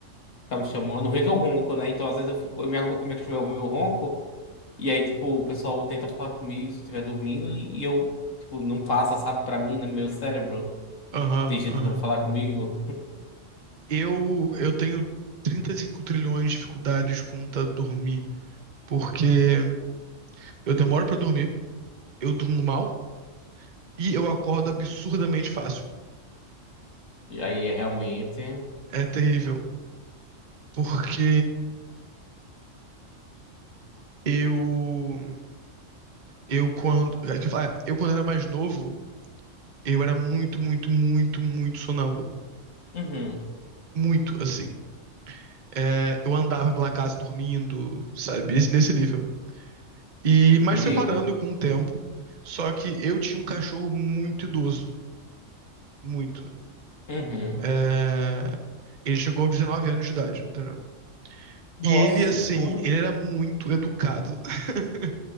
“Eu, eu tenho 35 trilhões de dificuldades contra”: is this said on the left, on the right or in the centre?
Right